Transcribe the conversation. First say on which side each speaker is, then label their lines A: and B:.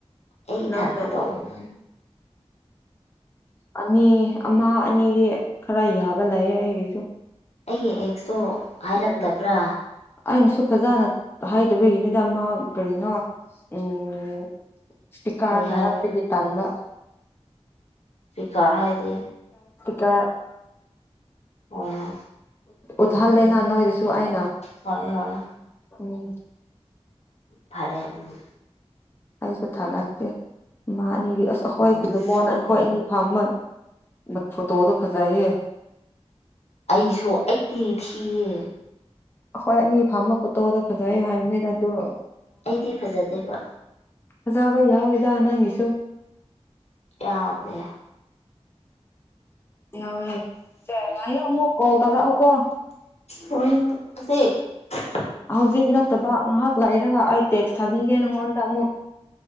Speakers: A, on the left (about 75°); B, on the left (about 20°).
A: ꯑꯩ ꯏꯊꯟꯇ
B: ꯅꯪꯅ
A: ꯇꯧꯕ
B: ꯑꯅꯤ ꯑꯃ ꯑꯅꯤꯗꯤ ꯈꯔ ꯌꯥꯕ ꯂꯩꯌꯦ ꯑꯩꯒꯤꯁꯨ
A: ꯑꯩꯒꯤ ꯑꯦꯛꯁꯇꯣ ꯍꯥꯏꯔꯛꯇꯕ꯭ꯔꯥ
B: ꯎꯝ ꯑꯩꯅꯁꯨ ꯐꯖꯅ ꯍꯥꯏꯗꯕꯒꯤꯅꯤꯗ ꯃꯥ ꯀꯔꯤꯅꯣ ꯎꯝ ꯁꯇꯤꯀꯥꯔ
A: ꯀꯔꯤ
B: ꯊꯥꯔꯛꯄꯒꯤ
A: ꯍꯥꯏꯕ꯭ꯔꯥ
B: ꯇꯥꯟꯕ
A: ꯆꯍꯥꯏ ꯗꯤ
B: ꯇ
A: ꯑꯣ
B: ꯎꯠꯍꯜꯂꯦꯅ
A: ꯎꯝ
B: ꯅꯣꯏꯗꯁꯨ ꯑꯩꯅ
A: ꯍꯣꯏ ꯍꯣꯏ
B: ꯎꯝ
A: ꯐꯔꯦ ꯎꯝ
B: ꯑꯩꯁꯨ ꯊꯉꯠꯇꯦ ꯑꯃ ꯑꯅꯤꯗꯤ ꯑꯁ ꯑꯩꯈꯣꯏ
A: ꯃꯁꯛꯇꯤ
B: ꯆꯤꯜꯂꯝꯨꯃꯣꯟ ꯑꯩꯈꯣꯏ ꯑꯅꯤ ꯐꯥꯝꯃꯟ ꯃꯠ ꯐꯣꯇꯣꯗꯣ ꯐꯖꯩꯌꯦ
A: ꯑꯩꯁꯨ ꯑꯩꯗꯤ ꯊꯤꯌꯦ
B: ꯑꯩꯈꯣꯏ ꯑꯅꯤ ꯐꯝꯝꯕ ꯐꯣꯇꯣꯗ ꯐꯖꯩ ꯍꯥꯏꯕꯅꯤꯗ ꯑꯗꯨ
A: ꯑꯩꯗꯤ ꯐꯖꯗꯦꯕ
B: ꯐꯖꯥꯕ ꯌꯥꯎꯋꯦꯗ ꯅꯪꯒꯤꯁꯨ
A: ꯌꯥꯎꯗꯦ
B: ꯌꯥꯎꯋꯦ ꯑꯦ ꯉꯥꯏꯌꯨ ꯑꯃꯨꯛ ꯀꯣꯜ ꯇꯔꯛ ꯑꯣ ꯀꯣ
A: ꯍꯣꯏꯁꯦ <unintelligible>
B: ꯍꯧꯖꯤꯛ ꯅꯠꯇꯕ ꯉꯥꯏꯍꯥꯛ ꯂꯥꯛꯔꯒ ꯑꯩ ꯇꯦꯛꯁ ꯊꯥꯕꯤꯒꯦ ꯅꯪꯉꯣꯟꯗ ꯑꯃꯨꯛ